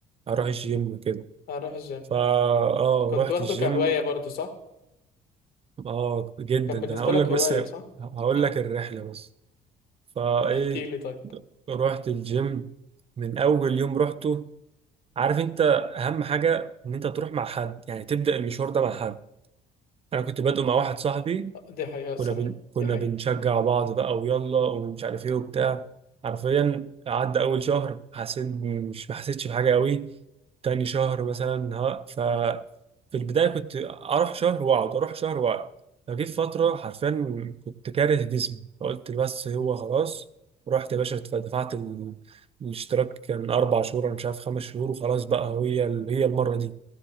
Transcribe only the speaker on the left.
اروح الجيم
كنت
واخده
كهوايه برضو صح
كان
بالنسبه
لك
هوايه صح
<laughs> اه
احكي لي طيب
دي حقيقه الصراحه
دي حقيقه